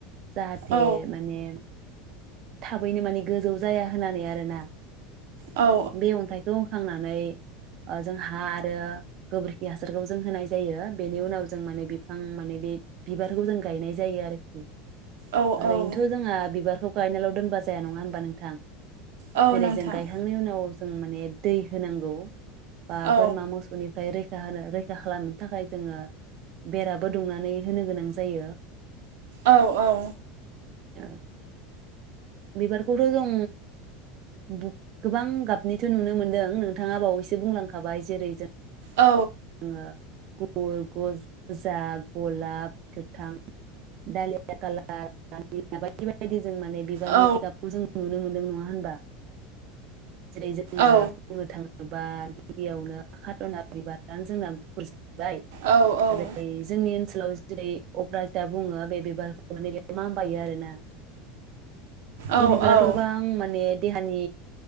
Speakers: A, on the right (about 35°); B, on the right (about 85°).
A: जाहाथे
B: औ
A: माने थाबैनो माने गोजौ जाया होननानै आरोना
B: औ
A: बे अन्थाइखौ होखांनानै ओ जों हा आरो गोबोरखि हासारखौ जों होनाय जायो बेनि उनाव जों माने बिफां माने बे बिबारखौ जों गायनाय जायो आरोखि
B: औ
A: ओरैनोथ'
B: औ
A: जोंहा बिबारखौ गायनाल' दोनबा जाया नङा होन बा नोंथां
B: औ
A: जेरै
B: नोंथां
A: जों गायखांनाय उनाव जों माने दै होनांगौ बा
B: औ
A: बोरमा मोसौनि फ्राय रैखा होनो रैखा खालामनो थाखाय जोङो बेराबो दुंनानै होनो गोनां जायो
B: औ औ
A: औ बिबारखौथ' जों बुब गोबां गाबनिथ' नुनो मोनदों नोंथाङा बावैसो बुंलांखाबाय जेरै जों
B: औ
A: आ <unintelligible> गोजा गलाब गोथां दालिया खालार बा बायदि बायदि जों माने बायदि
B: औ
A: गाबखौ जों नुनो मोनो नङा होनबा जेरै जोंना
B: औ
A: बुंनो थाङो बा गिबियावनो खाटना <unintelligible> <unintelligible> जोंना <unintelligible>
B: औ
A: जोंनि ओनसोलाव जेरै दा बुङो बे बिबारखौ माने मामबायो आरोना। बे
B: औ
A: बिबाराथ
B: औ
A: गोबां माने देहानि